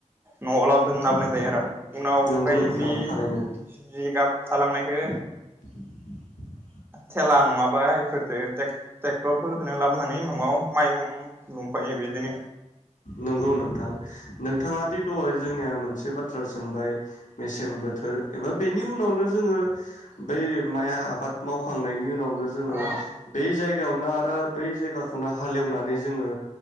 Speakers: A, on the right; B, on the left.
A: न'आव लाबोदों लाबोनाय जायो आरो। उनाव ओमफाय
B: नंगौ नोंथां
A: जि
B: थारैनो
A: जिगाब थालांनायखौ
B: <inaudible>
A: थेला नङाबा इफोरजों टेक-टेक्टरफोरजोंनो लाबोनानै न'आव माइहुं लुफैयो बिदिनो।
B: नंगौ नोंथां नोंथाङा दि दहाय जोंनिया मोनसे बाथ्रा सोंबाय मेसें बोथोर एबा बेनि उनावनो जोङो बै माइ आबाद मावखांनायनि उनावनो जोङो
A: अ
B: बै जायगायावनो आरो बै जायगाखौनो हाल एवनानै जोङो